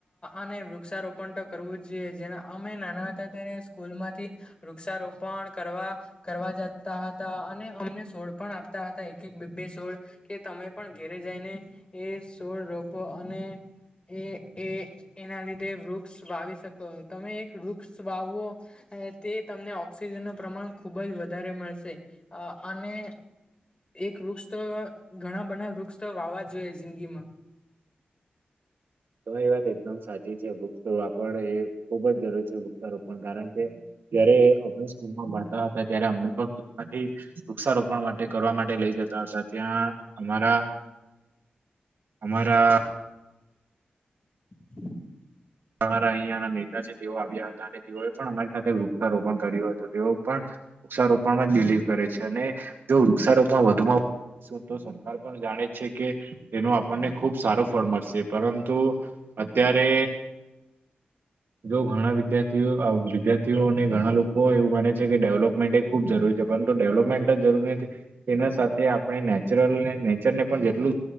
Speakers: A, on the left; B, on the right.
A: અને વૃક્ષારોપણ તો કરવું જ જોઈએ જેના અમે નાના હતા ત્યારે સ્કૂલ માંથી વૃક્ષારોપણ કરવા કરવા જતા હતા અને અમને છોડ પણ આપતા હતા એક એક બે સોળ કે તમે પણ ઘેરે જાયને એ સોળ રોપો અને એ એ એના લીધે વૃક્ષ વાવી શકો હતો તમે એક વૃક્ષ વાવવો તે તમને ઓક્સિજન ન પ્રમાણ ખુબ જ વધારે મળશે અને એક વૃક્ષ તો ઘણા બધા વૃક્ષ વાવા જોઈએ જિંદગી માં
B: <inaudible> તમારી વાત એકદમ સાચી છે વૃક્ષારપણ એ ખુબ જ જરૂર છે વૃક્ષારો પણ કારણ કે જારે અ સ્કૂલમાં ભણતા હતા ત્યારે અમથી વૃક્ષારોપણ માટે કરવા માટે લઈ જતા હતા ત્યાં અમારા અમારા
A: <inaudible>
B: અમારા અહિયાંના નેતા છે તેઓ આવ્યા હતા અને તેઓએ પણ અમારી સાથે વૃક્ષારોપણ કર્યું હતું તેઓ પણ વૃક્ષારોપણમાં જ બિલીવ કરે છે અને જો વૃક્ષારોપણ વધુમાં તો સરકાર પણ જાણે જ છે કે તેનું આપણને ખુબ સારું ફળ મળશે પરંતુ અત્યારે જો ઘણા વિદ્યાર્થીઓ વિદ્યાર્થીઓ અને ઘણા લોકો એવું માને છે કે ડેવલપમેન્ટ એ ખુબ જરૂરી પરંતુ ડેવલપમેન્ટ જ જરૂરી નથી તેના સાથે આપણે નેચરલ નેચરને પણ જેટલું